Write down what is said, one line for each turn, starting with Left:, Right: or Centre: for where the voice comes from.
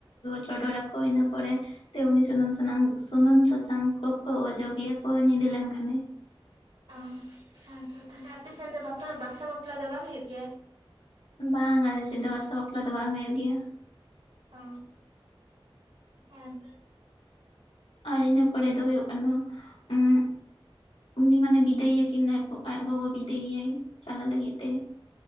Left: ᱪᱚᱰᱚᱨ ᱟᱠᱚ ᱤᱱᱟᱹ ᱯᱚᱨᱮ ᱥᱮ ᱩᱱᱤ ᱥᱩᱱᱩᱢ ᱥᱟᱱᱟᱢ ᱥᱩᱱᱩᱢ ᱥᱟᱥᱟᱝ ᱠᱚᱠᱚ ᱚᱡᱚᱜᱮᱭᱟ ᱠᱚ ᱧᱤᱫᱟᱹ ᱞᱮᱱᱠᱷᱟᱱ ᱜᱮ᱾
Right: ᱚ ᱦᱮᱸ ᱛᱚ ᱛᱟᱦᱞᱮ ᱟᱯᱮ ᱥᱮᱱ ᱫᱚ ᱵᱟᱥᱟ ᱵᱟᱯᱞᱟ ᱫᱚ ᱵᱟᱝ ᱦᱩᱭᱩᱜ ᱜᱮᱭᱟ᱾
Left: ᱵᱟᱝ ᱟᱞᱮ ᱥᱮᱱ ᱫᱚ ᱵᱟᱥᱚ ᱵᱟᱯᱞᱟ ᱫᱚ ᱵᱟᱝ ᱦᱳᱭᱳᱜ ᱜᱮᱭᱟ᱾
Right: ᱚ ᱦᱮᱸ
Left: ᱟᱨ ᱤᱱᱟᱹ ᱯᱚᱨᱮ ᱫᱚ ᱦᱳᱭᱳᱜ ᱠᱟᱱᱟ᱾ <unintelligible> ᱩᱱᱤ ᱢᱟᱱᱮ ᱵᱤᱫᱟᱹᱭ ᱮ ᱠᱟᱱᱟ ᱠᱚ ᱟᱡ ᱜᱚᱜᱚ ᱵᱤᱫᱟᱹᱭ ᱭᱟᱭ᱾ ᱪᱟᱞᱟᱜ ᱞᱟᱜᱤᱫ ᱛᱮ᱾